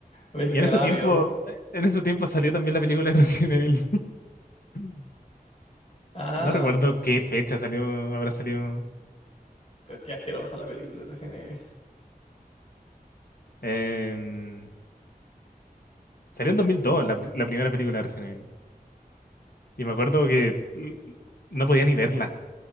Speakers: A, on the left; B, on the left.
A: mí el
B: Y
A: que
B: en
A: me
B: ese
A: daba
B: tiempo,
A: miedo.
B: en ese tiempo salió también la película de Resident Evil. <laughs>
A: Ah,
B: No recuerdo qué fecha salió, habrá salido.
A: pero es que asquerosa la película de Resident Evil.
B: em, salió en 2002, la, la primera película de Resident Evil. Y me acuerdo que l- no podía ni verla,